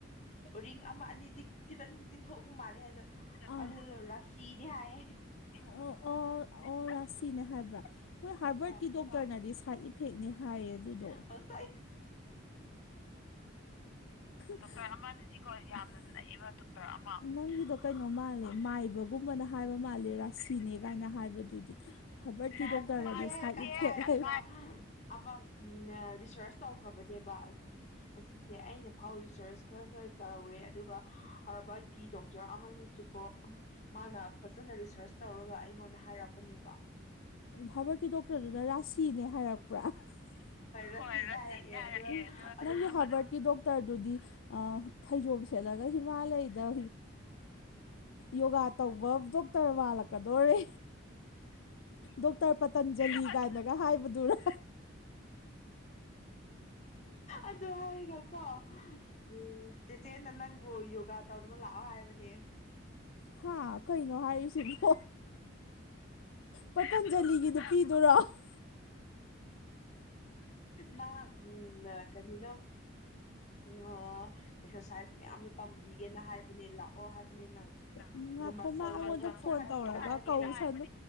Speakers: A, on the left; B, on the left.
A: ꯔꯤꯡ ꯑꯃ ꯑꯅꯤꯗꯤ ꯈꯤꯇꯪꯗꯤ ꯊꯣꯛꯄ ꯃꯥꯜꯂꯦ ꯑꯗꯣ
B: ꯑꯥ
A: ꯑꯗꯨꯗꯣ ꯔꯥꯁꯤꯅꯦ ꯍꯥꯏꯌꯦ
B: ꯑꯣ ꯑꯣ ꯑꯣ ꯔꯥꯁꯤꯅꯦ ꯍꯥꯏꯕ꯭ꯔꯥ ꯃꯣꯏ ꯍꯥꯔꯕꯔꯠꯀꯤ
A: ꯍꯣꯏ
B: ꯗꯣꯛꯇꯔꯅꯗꯤ ꯁꯥꯏꯠ ꯏꯐꯦꯛꯅꯤ ꯍꯥꯏꯌꯦ ꯑꯗꯨꯗꯣ
A: ꯉꯁꯥꯏ
B: ꯗꯣꯛꯇꯔ ꯑꯃꯅꯗꯤꯀꯣ ꯌꯥꯝꯅ ꯅꯛꯑꯕ ꯗꯣꯛꯇꯔ ꯑꯃ <inaudible> ꯅꯪꯒꯤꯗꯣ ꯀꯩꯅꯣ ꯃꯥꯜꯂꯦ ꯃꯥꯏꯕꯒꯨꯝꯕꯅ ꯍꯥꯏꯕ ꯃꯥꯜꯂꯦ ꯔꯥꯁꯤꯅꯦ ꯀꯥꯏꯅ ꯍꯥꯏꯕꯗꯨꯗꯤ ꯍꯥꯔꯕꯔꯠꯀꯤ
A: ꯍꯥꯏꯕ
B: ꯗꯣꯛꯇꯔꯅꯗꯤ
A: ꯅꯠꯇꯦ
B: ꯁꯥꯏꯠ
A: ꯀ
B: ꯏꯐꯦꯛ
A: ꯇꯥꯏꯅꯣ
B: ꯍꯥꯏ
A: ꯑꯃ ꯔꯤꯁꯔꯁ ꯇꯧꯈ꯭ꯔꯦ ꯈꯕꯅꯦꯕꯁ ꯑꯁꯤꯁꯦ ꯑꯩꯅ ꯐꯥꯎ ꯔꯤꯁꯔꯁ ꯈꯔ ꯈꯔ ꯇꯧꯔꯦ ꯑꯗꯨꯒ ꯍꯔꯕꯀꯤ ꯗꯣꯛꯇꯔ ꯑꯃꯅꯁꯨ ꯀꯣ ꯃꯥꯅ ꯐꯖꯅ ꯔꯤꯁꯔꯁ ꯇꯧꯔꯒ ꯑꯩꯉꯣꯟꯗ ꯍꯥꯏꯔꯛꯄꯅꯦꯕ
B: ꯍꯥꯔꯕ꯭ꯥꯔꯠꯀꯤ ꯗꯣꯛꯇꯔꯗꯨꯅ ꯔꯥꯁꯤꯅꯦ ꯍꯥꯏꯔꯛꯄ꯭ꯔꯥ ꯍꯣꯏ
A: ꯔꯁꯤꯅꯦ
B: ꯔꯁꯤꯅ‌ꯦ
A: ꯍꯥꯏꯔꯛꯑꯦ
B: ꯍꯥꯏꯔ‌ꯑꯦ
A: ꯑꯗꯨꯒ ꯑꯗꯨꯝ
B: ꯑꯗꯨꯒ <inaudible> ꯍꯥꯚꯔꯠꯀꯤ ꯗꯣꯛꯇꯔꯗꯨꯗꯤ ꯐꯩꯖꯣꯝ ꯈꯦꯂꯒ ꯍꯤꯃꯥꯂꯩꯗ ꯌꯣꯒꯥ ꯇꯧꯕ ꯗꯣꯛꯇꯔ ꯃꯥꯜꯂꯛꯄ ꯀꯗꯔꯦ ꯗꯣꯛꯇꯔ ꯄꯇꯟꯖꯂꯤ ꯀꯥꯏꯅꯒ ꯍꯥꯏꯕꯗꯨꯔꯥ <inaudible>
A: ꯑꯗꯨ ꯍꯥꯏꯔꯒꯀꯣ ꯎꯝ ꯆꯦꯆꯦꯅ ꯅꯪꯕꯨ ꯌꯣꯒꯥ ꯇꯧꯅꯕ ꯂꯥꯛꯑꯣ ꯍꯥꯏꯕꯅꯦ
B: ꯍꯥ ꯀꯩꯅꯣ ꯍꯥꯏꯔꯤꯁꯤꯕꯣ ꯄꯇꯟꯖꯂꯤꯒꯤꯗꯨꯄꯤꯤꯗꯔꯣ <inaudible> <unintelligible>
A: ꯃꯥꯅ ꯀꯔꯤꯅꯣ <inaudible> ꯑꯦꯛꯁ꯭ꯔꯁꯥꯏꯁ ꯃꯌꯥꯝꯁꯨ ꯇꯝꯕꯤꯒꯦꯅ ꯍꯥꯏꯕꯅꯦ ꯂꯥꯛꯑꯣ ꯍꯥꯏꯕꯅ‌ꯦ ꯅꯪ
B: ꯎꯝ
A: ꯑꯗꯣ
B: ꯉꯥꯛꯈꯣ
A: ꯃꯁꯜꯒꯀꯣ
B: ꯃꯥ ꯑꯩꯉꯣꯟꯗ
A: ꯊꯣꯛꯍꯟꯒꯦꯅ
B: ꯐꯣꯟ ꯇꯧꯔꯒ
A: ꯍꯥꯏꯕꯅꯦ
B: ꯀꯧꯁꯅꯨ